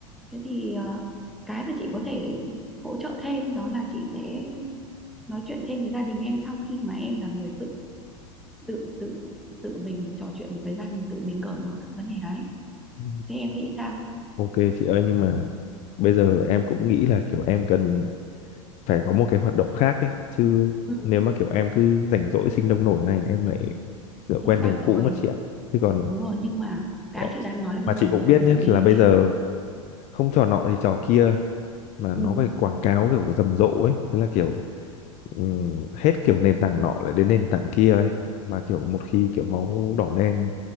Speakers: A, in the centre; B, on the left (about 45°).
A: thế thì ờ, cái mà chị có thể hỗ trợ thêm đó là chị sẽ nói chuyện thêm với gia đình em sau khi mà em là người tự tự tự tự mình trò chuyện được với gia đình tự mình cởi mở được vấn đề đấy
B: ừ.
A: thế em nghĩ sao
B: ok chị ơi nhưng mà bây giờ em cũng nghĩ là kiểu em cần phải có một cái hoạt động khác ấy chứ
A: ừ,
B: nếu mà kiểu em cứ rảnh rỗi sinh đông nổi này em lại ngựa quen
A: chính xác
B: đường
A: rồi
B: cũ mất chị ạ chứ còn
A: đúng rồi nhưng mà cái
B: để
A: chị đang nói là bây
B: mà
A: giờ
B: chị
A: mình
B: cũng
A: phải
B: biết nhé
A: xử lý
B: là bây
A: cái
B: giờ không trò nọ thì trò kia mà
A: ừ,
B: nó phải quảng cáo kiểu rầm rộ ấy thế là kiểu ừm, hết kiểu nền tảng nọ lại đến nền tảng kia ấy mà kiểu một khi kiểu máu đỏ đen